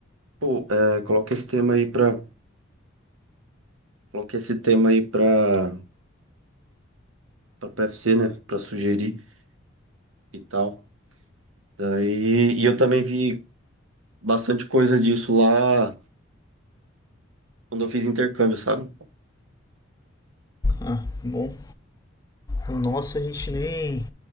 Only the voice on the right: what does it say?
Pô, é, coloca esse tema aí pra, coloca esse tema aí pra, pra PFC, né? Pra sugerir. e tal. Daí, e eu também vi bastante coisa disso lá quando eu fiz intercâmbio, sabe?